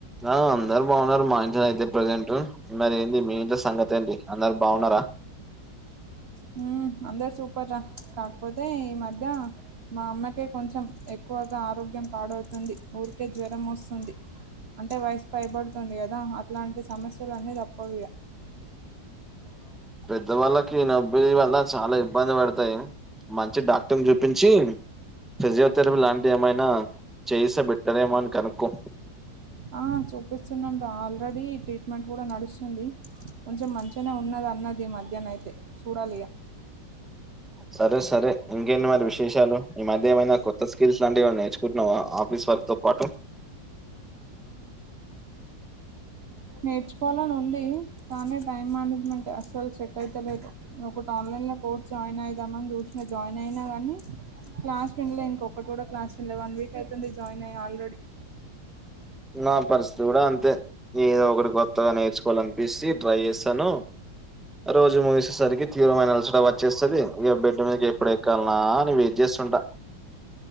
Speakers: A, in the centre; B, on the right.
A: ఆ అందరు బాగున్నారు మా ఇంట్లనైతే ప్రజెంట్ మరి ఏంది మీ ఇంట్లో సంగతి ఏంది అందరు బాగున్నారా
B: మ్మ్ అందరు సూపర్ రా కాకపోతే ఈ మధ్య మా అమ్మకే కొంచం ఎక్కువగా ఆరోగ్యం పాడవుతుంది. ఊరికే జ్వరం వస్తుంది. అంటే వయసు పైబడుతుంది కదా అట్లాంటి సమస్యలన్ని తప్పవు ఇగ.
A: పెద్దవాల్లకి నొప్పి వల్లా చాలా ఇబ్బంది పడతయి. మంచి డాక్టర్ని చూపించీ ఫిజియోథెరపీ లాంటియి ఏమైనా చేయిస్తే బెట్టరేమో అని కనుక్కో.
B: ఆ చూపిస్తున్నాం రా ఆల్రెడీ ట్రీట్మెంట్ కూడా నడుస్తుంది. కొంచెం మంచిగనే ఉన్న న్నది అన్నది మధ్యనైతే చూడాలిగా.
A: సరేసరే ఇంకేంటి మరి విశేషాలు. ఈమధ్య ఏమైనా కొత్తస్కిల్స్ లాంటివి ఏమైనా నేర్చుకుంటున్నవా ఆఫి స్ వర్క్ తో పాటు.
B: నేర్చుకోవాలని ఉంది. కానీ టైం మేనేజ్మెంట్ అస్సల్‌ సెట్ అయితలేదు. ఒకటి ఆన్లై న్లా కోర్స్ జాయిన్ అయిదామని చూశినా, జాయిన్ అయినా గా నీ క్లాస్ విన్లే ఇంకొకటిగూడ క్లాస్ విన్లే. వన్ వీక్ అయితుంది జాయిన్అయి ఆల్రెడీ.
A: నా పరిస్థితి కూడా అంతే ఏదో ఒకటి కొత్తగా నేర్చుకోవాలనిపిసి ట్రై చేస్తాను రోజు ముగిసేసరికి తీవ్రమైన అలసట వచ్చేస్తది. ఇగ బెడ్ మీదకి ఎప్పుడెక్కాల్నా అని వెయిట్ చేస్తుంటా.